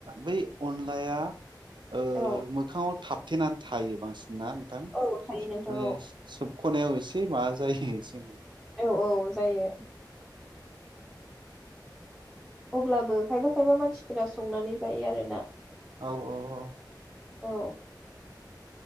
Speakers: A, on the right (about 80°); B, in the centre.
A: बै अनला लाया ओ
B: औ
A: मोखाङाव थाब थेनानै थायो बांसि‌ ना नोंथां
B: औ थायो नोंथां
A: माने
B: औ
A: सोब खनायाव एसे माबा जायो एसेनै
B: औ औ जायो अब्लाबो खायफा खायफा मानसिफोरा संनानै जायो आरोना
A: औ औ औ
B: औ